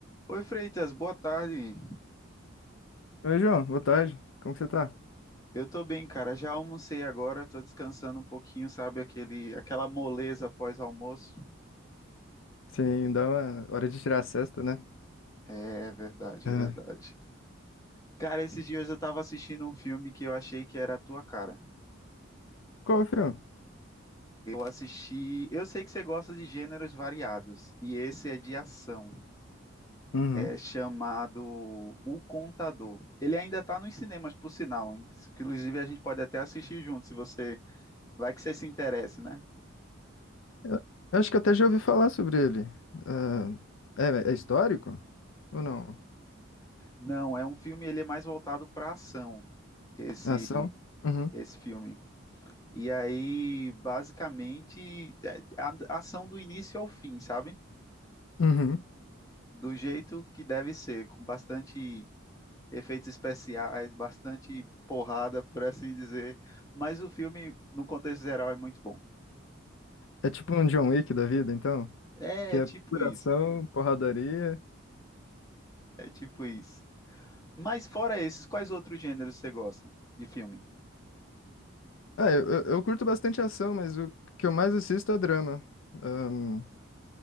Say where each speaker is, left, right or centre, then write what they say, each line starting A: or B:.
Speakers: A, on the left (about 15°); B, on the left (about 70°).
A: Oi, Freitas, boa tarde.
B: Oi, João, boa tarde. Como que você tá?
A: Eu tô bem, cara. Já almocei agora, tô descansando um pouquinho, sabe? Aquele, aquela moleza pós-almoço.
B: Sim, dá uma hora de tirar a cesta, né?
A: É verdade,
B: É.
A: é verdade. Cara, esses dias eu tava assistindo um filme que eu achei que era a tua cara.
B: Qual o filme?
A: Eu assisti. Eu sei que você gosta de gêneros variados, e esse é de ação.
B: Uhum.
A: É chamado O Contador. Ele ainda tá nos cinemas, por sinal. Inclusive, a gente pode até assistir junto, se você. Vai que você se interesse, né?
B: Eu, eu acho que até já ouvi falar sobre ele. Ah, é, é histórico? Ou não?
A: Não, é um filme, ele é mais voltado para ação. esse,
B: É Ação? Uhum.
A: esse filme. E aí, basicamente, é, a a ação do início ao fim, sabe?
B: Uhum.
A: Do jeito que deve ser, com bastante efeitos especiais, bastante porrada, por assim dizer. Mas o filme, no contexto geral, é muito bom.
B: É tipo um John Wick da vida, então?
A: É
B: Que é
A: tipo
B: pura
A: isso.
B: ação, porradaria.
A: É tipo isso. Mas fora esses, quais outros gêneros você gosta de filme?
B: Ah, eu, eu, eu curto bastante ação, mas o que eu mais assisto é drama. Ahn,